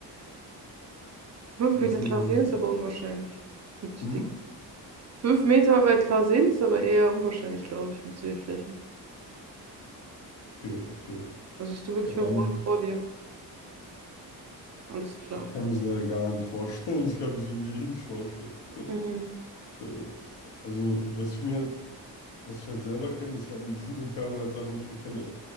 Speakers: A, on the right; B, on the left.
A: Fünf
B: Weil
A: Meter
B: ich sehe.
A: klar
B: den-
A: sehen ist aber unwahrscheinlich. Mit
B: Hm?
A: die fünf Meter weit klar sehen ist aber eher unwahrscheinlich, glaube ich, mit Sehschwäche.
B: Okay, okay.
A: Da siehst du wirklich
B: Ja, dann.
A: nur vor vor dir. Alles klar.
B: okay, Ich kann mir das leider gar nicht vorstellen. <laughs> Ich kann mir das irgendwie eh nicht vorstellen.
A: Mhm.
B: Äh, Also, was ich mir halt, was ich halt selber kenne, dass ich ab einer bestimmten Entfernung halt Sachen nicht erkenne.